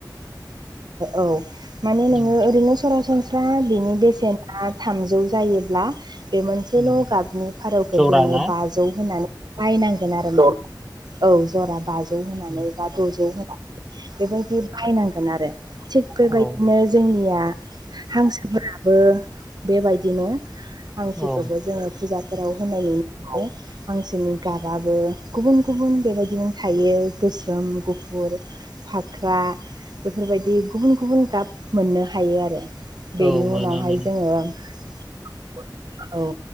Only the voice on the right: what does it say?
औ माने नोंङो
ओरैनो सरासनस्रा बिनि बेसेना थामजौ जायोब्ला बे मोनसेल'
गाबनि फारौखौ
जोंङो
बाजौ होनानै बायनांगोन आरो ना औ जरा बाजौ होनानै
बा द'जौ होनानै बेबायदि बाहायनांगोन आरो। थिग बेबायदिनो
जोंनिया हांसोफोराबो बेबायदिनो हांसोखौबो
जोंङो फुजा फोराव होनायनि उनाव हांसोनि गाबाबो गुबुन गुबुन बेबायदिनो थायो गोसोम गुफुर फाख्रा बेफोरबायदि गुबुन गुबुन गाब मोननो हायो आरो। बेनि
उनावहाय
जोंङो औ